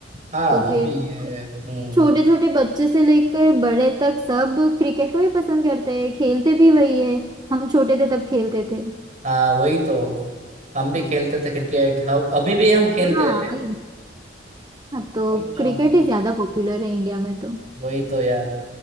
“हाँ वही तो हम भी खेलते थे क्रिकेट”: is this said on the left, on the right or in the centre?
Right